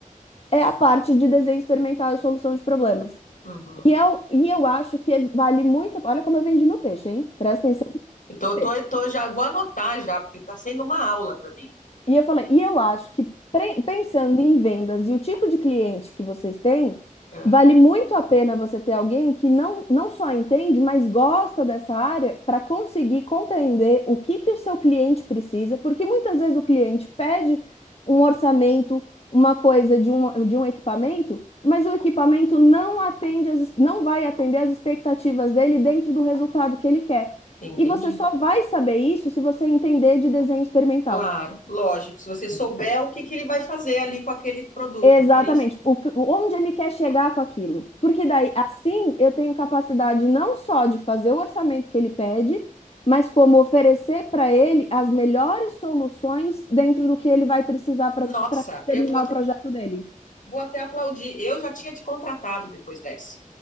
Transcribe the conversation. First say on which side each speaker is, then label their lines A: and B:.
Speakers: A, on the left; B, on the left.
A: é a parte de desenho experimental e solução de problemas.
B: Uhum.
A: E eu, e eu acho que vale muito. Olha como eu vendi meu peixe, hein? Presta atenção no
B: Então, eu
A: peixe.
B: tô, eu tô- já vou anotar já, porque está sendo uma aula para mim.
A: E eu falei, e eu acho que pre- pensando em vendas e o tipo de cliente que vocês têm,
B: É,
A: vale muito a pena você ter alguém que não, não só entende, mas gosta dessa área para conseguir compreender o que que o seu cliente precisa, porque muitas vezes o cliente pede um orçamento, uma coisa de um, de um equipamento, mas o equipamento não atende as, não vai atender as expectativas dele dentro do resultado que ele quer.
B: entendi.
A: E você só vai saber isso se você entender de desenho experimental.
B: Claro, lógico. Se você souber o que que ele vai fazer ali com aquele produto,
A: Exatamente,
B: não é isso?
A: o que- onde ele quer chegar com aquilo. Porque daí, assim, eu tenho capacidade não só de fazer o orçamento que ele pede, mas como oferecer para ele as melhores soluções dentro do que ele vai precisar para
B: Nossa,
A: terminar
B: eu vou até
A: o projeto dele.
B: Vou até aplaudir. Eu já tinha te contratado depois dessa.